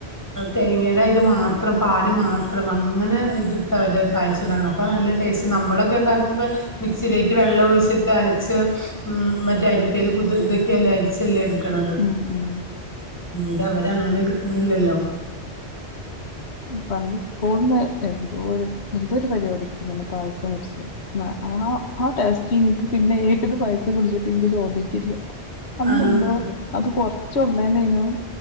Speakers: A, on the left; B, on the left.
A: തേങ്ങയുടെ ഇത് മാത്രം പാല് മാത്രം അങ്ങനെ ഇത് തെ അവര് പായസം ഉണ്ടാക്കണം അപ്പോൾ നല്ല ടേസ്റ്റ് നമ്മളൊക്കെ ഉണ്ടാക്കുമ്പോൾ മിക്സിയിലേക്ക് വെള്ളം ഒഴിച്ചിട്ട് അരച്ച് ഉം മറ്റേ അരിപ്പേൽ കുതി ഇതൊ ക്കെയല്ലേ അരിച്ചല്ലെ എടുക്കുന്നത്
B: ഉം ഉം
A: ഇത് അവരെ അങ്ങനെ എടുക്കണില്ലല്ലോ
B: പണ്ട് സ്കൂളില് എന്തോ ഒരു എന്തോ ഒരു പരിപാടിക്ക് ഇങ്ങനെ പായസം കുടിച്ച് ആ ആ ആ ടേസ്റ്റ് എനിക്ക് പിന്നെ ഏത് പായസം കുടിച്ചിട്ടും എനിക്ക് തോന്നിയിട്ടില്ല അന്നെന്തോ
A: ആഹ്
B: അത് കൊറച്ചള്ളേന്നേനും